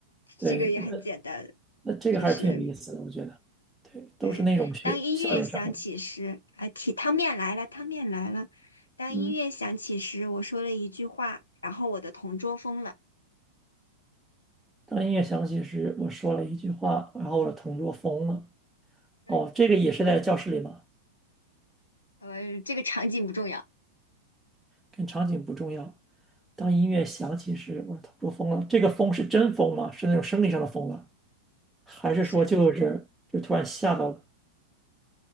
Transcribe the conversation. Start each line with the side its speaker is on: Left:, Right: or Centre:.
Centre: 对，
Left: 这个也很简单，
Centre: 那这个还是挺有意思的，
Left: 就是
Centre: 我觉得。对，都是那种学校园生活。
Left: 对，当音乐响起时，啊，提汤面来了，汤面来了。当音乐响起时，
Centre: 嗯，
Left: 我说了一句话，然后我的同桌疯了。
Centre: 当音乐响起时，我说了一句话，然后我的同桌疯了。
Left: 对，
Centre: 哦，这个也是在教室里吗？
Left: 呃，这个场景不重要，
Centre: 跟场景不重要。当音乐响起时，我的同桌疯了。这个疯是真疯吗？是那种生理上的疯了，还是说就是就突然吓到了？
Left: 不是，